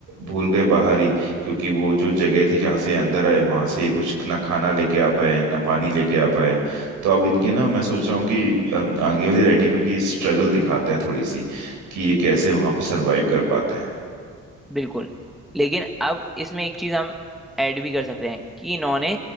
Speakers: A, on the right; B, in the centre.
A: भूल गए बाहर ही क्योंकि वो जो जगह थी जहाँ से ये अंदर आए वहां से ये कुछ ना खाना लेके आ पाए ना पानी लेके आ पाए तो अब इनके ना मैं सोच रहा हूँ कि अम, आगे वाली राइटिंग में इनकी स्ट्रगल दिखाते हैं थोड़ी सी कि ये कैसे वहां पे सरवाइव कर पाते हैं
B: बिल्कुल लेकिन अब इसमें एक चीज हम ऐड भी कर सकते हैं कि इन्होंने